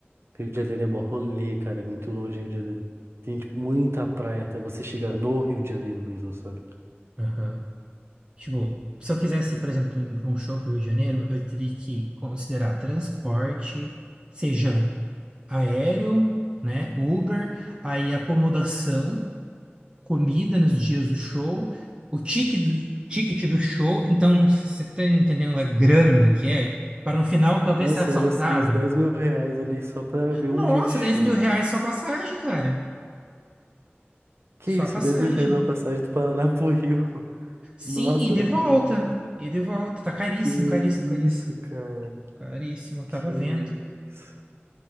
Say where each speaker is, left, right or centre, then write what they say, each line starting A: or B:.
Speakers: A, on the right (about 70°); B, on the right (about 25°).
A: Rio de Janeiro é mó rolê, cara. É muito longe Rio de Janeiro. Tem, tipo, muita praia até você chegar no Rio de Janeiro mesmo, sabe?
B: aham. Tipo, se eu quisesse, por exemplo, ir para um show para o Rio de Janeiro, eu teria que considerar transporte, seja aéreo, né, Uber, aí acomodação, comida nos dias do show, o ticket do, ticket do show. Então, você está entendendo a grana que é? Para no final talvez
A: Nossa,
B: ser assaltado.
A: eu ia gastar uns dez mil reais ali só pra ver
B: Nossa,
A: um dia de show.
B: dez mil reais só a passagem, cara.
A: Que
B: Só
A: isso,
B: a passagem.
A: dez mil reais uma passagem do Paraná pro Rio.
B: Sim,
A: Nossa,
B: e de
A: não
B: volta.
A: acredito.
B: E de volta. Tá caríssimo,
A: Que
B: caríssimo, caríssimo.
A: isso, cara?
B: Caríssimo, eu tava
A: Que
B: vendo.
A: isso?